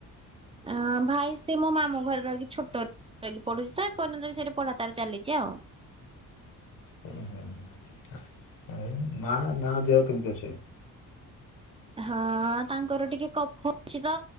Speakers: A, on the right; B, on the left.
A: ଅ ଭାଇ ସେ ମୋ ମାମୁଁ ଘରେ ରହିକି ଛୋଟ ରୁ ରେ ରହିକି ପଢୁଚି ତ ଏପର୍ଯ୍ୟନ୍ତ ବି ସେଠି ପଢା ତାର ଚାଲିଚି ଆଉ।
B: ହ ହ ଆଉ ମା ମା ଦେହ କେମିତି ଅଛି?
A: ହଁ ତାଙ୍କର ଟିକେ କଫ ଅଛି ତ